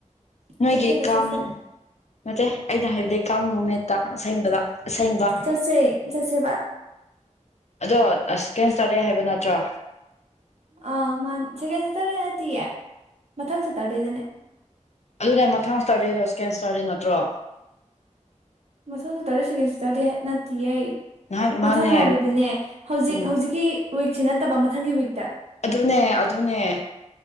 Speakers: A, on the left; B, on the right.
A: ꯅꯣꯏꯒꯤ
B: ꯀꯦꯐꯦꯗ
A: ꯀꯥꯡ
B: ꯆꯠꯁꯦ
A: ꯅꯠꯇꯦ ꯑꯩꯅꯥ ꯍꯥꯏꯕꯥꯗꯤ ꯀꯥꯡ ꯅꯨꯃꯤꯠꯇ ꯑꯁꯦꯡꯕꯗꯥ ꯑꯁꯦꯡꯕ
B: ꯆꯠꯁꯦ ꯆꯠꯁꯦꯕ
A: ꯑꯗꯣ ꯑꯁ ꯀꯦꯟꯁꯇꯔꯗꯦ ꯍꯥꯏꯕ ꯅꯠꯇ꯭ꯔꯣ
B: ꯑꯥ ꯃꯥ ꯁꯦꯀꯦꯟ ꯁꯦꯇꯔꯗꯦ ꯅꯠꯇꯦꯌꯦ ꯃꯊꯪ ꯁꯦꯇꯔꯗꯦꯗꯅꯦ
A: ꯑꯗꯨꯅꯦ ꯃꯊꯪ ꯏꯁꯇꯥꯔꯗꯦꯗꯣ ꯁꯀꯦꯟ ꯏꯁꯇꯥꯔꯗꯦ ꯅꯠꯇ꯭ꯔꯣ
B: ꯃꯊꯪꯗ ꯁꯇꯨꯔꯗꯥꯏ ꯁꯤꯀꯦꯟ ꯁꯇꯨꯔꯗꯤꯏ ꯅꯠꯇꯤꯌꯦ
A: ꯅꯍꯥꯟ ꯃꯥꯅꯦ
B: ꯃꯊꯪ ꯍꯥꯏꯕꯗꯤꯅꯦ ꯍꯧꯖꯤꯛ
A: ꯎꯝ
B: ꯍꯧꯖꯤꯛꯀꯤ ꯋꯤꯛꯁꯤ ꯅꯠꯇꯕ ꯃꯊꯪꯒꯤ ꯋꯤꯛꯇ
A: ꯑꯗꯨꯅꯦ ꯑꯗꯨꯅꯦ